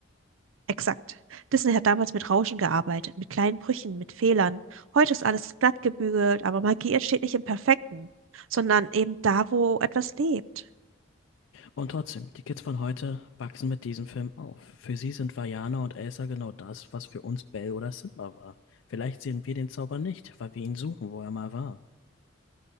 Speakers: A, on the right; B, on the left.
A: Exakt. Disney hat damals mit Rauschen gearbeitet, mit kleinen Brüchen, mit Fehlern. Heute ist alles glatt gebügelt, aber Magie entsteht nicht im Perfekten, sondern eben da, wo etwas lebt.
B: Und trotzdem, die Kids von heute wachsen mit diesem Film auf. Für sie sind Vajana und Elsa genau das, was für uns Belle oder Simba war. Vielleicht sehen wir den Zauber nicht, weil wir ihn suchen, wo er mal war.